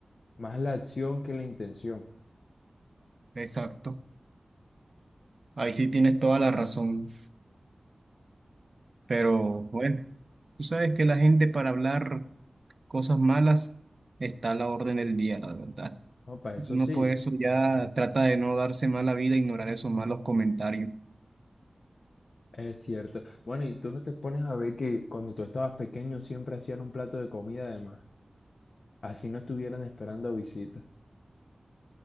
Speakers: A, on the left; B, on the right.
A: más la acción que la intención.
B: Exacto. Ahí sí tienes toda la razón. Pero bueno, tú sabes que la gente para hablar cosas malas está a la orden del día, la verdad.
A: No, para eso
B: Uno
A: sí,
B: por eso ya trata de no darse mala vida, ignorar esos malos comentarios,
A: es cierto. Bueno, y tú no te pones a ver que cuando tú estabas pequeño siempre hacían un plato de comida además, así no estuvieran esperando visitas.